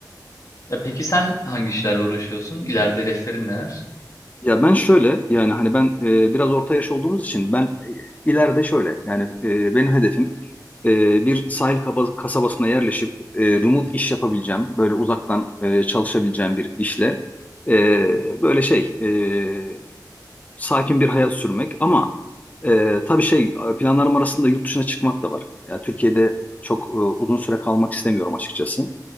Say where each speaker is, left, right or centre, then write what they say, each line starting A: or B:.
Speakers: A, on the left; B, on the left.
A: Ya peki sen hangi işlerle uğraşıyorsun? İleride hedeflerin neler?
B: Ya ben şöyle yani hani ben e, biraz orta yaş olduğumuz için ben e, ileride şöyle yani e, benim hedefim e, bir sahil kaba- kasabasına yerleşip e, remote iş yapabileceğim, böyle uzaktan e, çalışabileceğim bir işle e, böyle şey e, sakin bir hayat sürmek ama e, tabii şey planlarım arasında yurt dışına çıkmak da var. Yani Türkiye'de çok e, uzun süre kalmak istemiyorum açıkçası.